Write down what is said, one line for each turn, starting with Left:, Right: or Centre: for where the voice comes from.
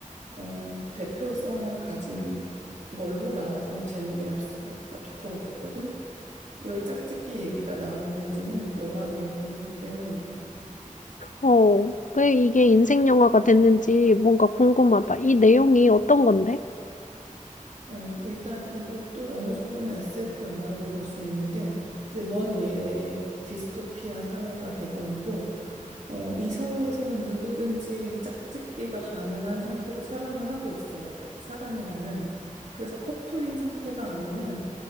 Right: 어, 대표성을 가진 걸로 나와서 제목이 랍스터, 랍스터가 됐거든. 왜 짝짓기 얘기가 나오는지는 영화 내용 때문이야.
Left: 어, 왜 이게 인생 영화가 됐는지 뭔가 궁금하다. 이 내용이 어떤 건데?
Right: 어, 일단 이것도 어느 정도는 SF 영화라고 볼 수 있는데, 이제 먼 미래에 디스토피아 사회가 배경이고, 어, 이 사회에서는 누구든지 짝짓기가 가능한 상태로 사랑을 하고 있어야 돼. 사람이라면. 그래서 커플인 상태가 아니면,